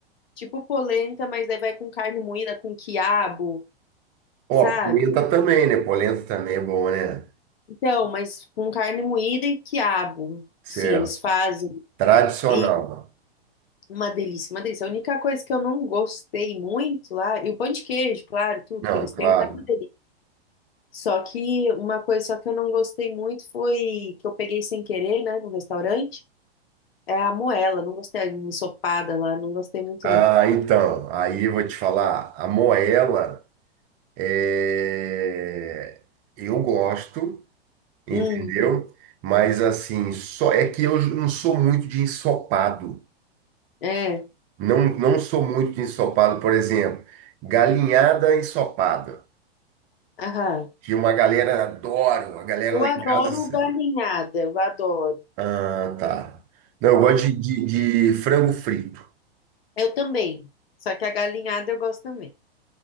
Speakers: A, on the left; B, on the right.
A: Tipo polenta, mas daí vai com carne moída, com quiabo, sabe?
B: Ó, a polenta também, né? Polenta também é bom, né?
A: Então, mas com carne moída e quiabo.
B: Certo.
A: Sim, eles fazem.
B: Tradicional.
A: E uma delícia, uma delícia. A única coisa que eu não gostei muito lá, e o pão de queijo, claro, tudo
B: Não,
A: que eles
B: claro.
A: têm lá é uma delícia. Só que uma coisa só que eu não gostei muito foi que eu peguei sem querer, né, no restaurante, é a moela. Não gostei, a ensopada lá, não gostei muito,
B: Ah,
A: não.
B: então, aí eu vou te falar. A moela, é... eu gosto, entendeu?
A: Hum,
B: Mas assim, só é que eu não sou muito de ensopado.
A: é,
B: Não, não sou muito de ensopado, por exemplo, galinhada ensopada,
A: aham.
B: que uma galera adora, uma galera
A: Eu
B: lá
A: adoro
B: em casa.
A: galinhada, eu adoro.
B: Ah, tá. Não, eu gosto de, de, de frango frito.
A: Eu também. Só que a galinhada eu gosto também.